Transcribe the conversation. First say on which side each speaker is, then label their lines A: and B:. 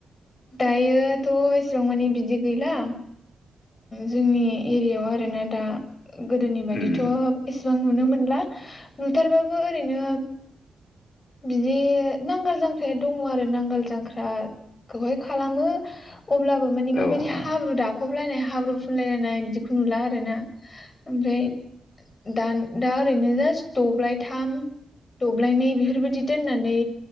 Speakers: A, on the left; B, on the left.
A: दायोथ' जों माने बिदि गैला जोंनि एरियायाव आरोना दा गोदोनि बायदिथ'
B: उम
A: एस बां नुनो मोनला नुथारबबो ओरैनो बिदि नांगोल जां ख्राया दङ आरो नांगाल जांख्राखौहाय खालामो। अब्लाबो माने
B: औ
A: बैबायदि
B: औ
A: हाब्रु दाफबलायनाय हा हाब्रु फुनलायलायनाय बिदिखौ नुला आरो ना। ओमफ्राय दा दा ओरैनो जास्ट दब्लायथाम दब्लायनै बेफोरबायदि दोननानै